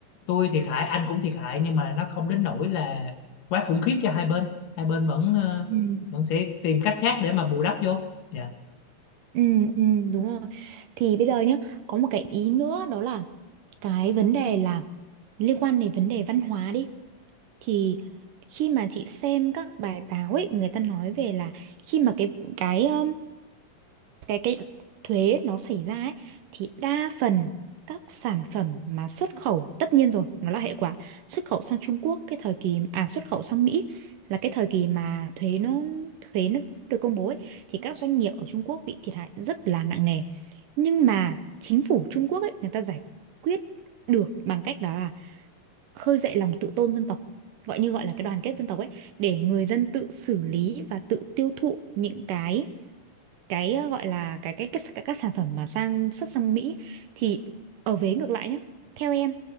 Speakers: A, on the left; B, on the right.
A: tôi thiệt hại anh cũng thiệt hại nhưng mà nó không đến nỗi là quá khủng khiếp cho hai bên hai bên vẫn ờ,
B: ừ
A: vẫn sẽ tìm cách khác để mà bù đắp vô Dạ.
B: Ừ, ừ, đúng rồi. Thì bây giờ nhé, có một cái ý nữa đó là cái vấn đề là liên quan đến vấn đề văn hóa đi. Thì khi mà chị xem các bài báo ấy, người ta nói về là khi mà cái cái um, cái cái thuế nó xảy ra ấy, thì đa phần các sản phẩm mà xuất khẩu tất nhiên rồi nó là hệ quả xuất khẩu sang Trung Quốc cái thời kỳ à xuất khẩu sang Mỹ là cái thời kỳ mà thuế nó thuế nó được công bố ấy, thì các doanh nghiệp ở Trung Quốc bị thiệt hại rất là nặng nề nhưng mà chính phủ Trung Quốc ấy người ta giải quyết được bằng cách đó là khơi dậy lòng tự tôn dân tộc gọi như gọi là cái đoàn kết dân tộc ấy để người dân tự xử lý và tự tiêu thụ những cái cái ờ, gọi là cái cái các, các, các sản phẩm mà sang xuất sang Mỹ thì ở vế ngược lại nhé theo em